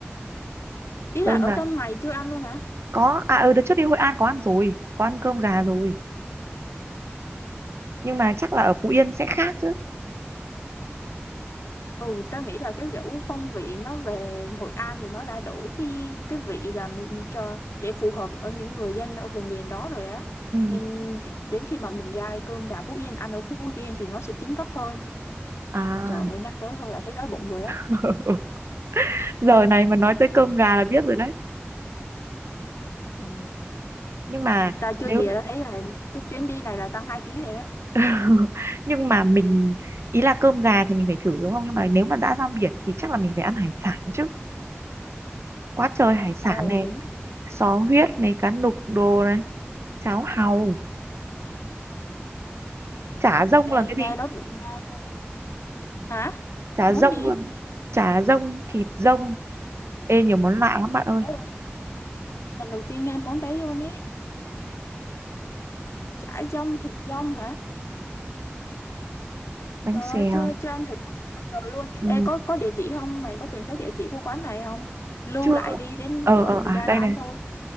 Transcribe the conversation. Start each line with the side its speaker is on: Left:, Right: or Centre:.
Left: ý
Right: cơm
Left: là ở
Right: gà
Left: trong này chưa ăn luôn hả
Right: có à ừ đợt trước đi Hội An có ăn rồi có ăn cơm gà rồi nhưng mà chắc là ở Phú Yên sẽ khác chứ
Left: ừ tao nghĩ là cái kiểu phong vị nó về Hội An thì nó đã đổi cái cái vị làm cho để phù hợp ở những người dân ở vùng miền đó rồi á
Right: ừ.
Left: nên đến khi mà mình ra cơm gà Phú Yên ăn ở Phú Yên thì nó sẽ chín góc hơn
Right: à
Left: trời ơi nhắc tới thôi là thấy đói bụng rồi đó
Right: <laughs> giờ này mà nói tới cơm gà là biết rồi đấy
Left: ừ.
Right: nhưng mà
Left: ta chưa
Right: nếu
Left: gì là tao thấy là cái chuyến đi này là tăng hai ký rồi đó
Right: <laughs> nhưng mà mình ý là cơm gà thì mình phải thử đúng không nhưng mà nếu mà đã ra biển thì chắc là mình phải ăn hải sản chứ quá trời hải sản
Left: ờ
Right: này
Left: đúng rồi
Right: sò huyết này cá nục đồ này cháo hàu chả rông là
Left: Ê,
Right: cái gì
Left: nghe đói bụng nghe luôn hả
Right: chả
Left: món
Right: rông
Left: gì
Right: là chả rông thịt rông ê nhiều món lạ lắm bạn ơi
Left: Đó là lần đầu tiên nghe món đấy luôn ấy chả dông thịt dông hả
Right: bánh
Left: Trời ơi,
Right: xèo
Left: chưa chưa ăn thử món này bao giờ luôn.
Right: ừ.
Left: Ê có có địa chỉ không? Mày có tìm thấy địa chỉ của quán này không? Lưu
Right: chưa
Left: lại đi đến
Right: ờ
Left: bữa
Right: ờ
Left: mình
Right: à
Left: ra
Right: đây
Left: đó ăn
Right: này
Left: thôi.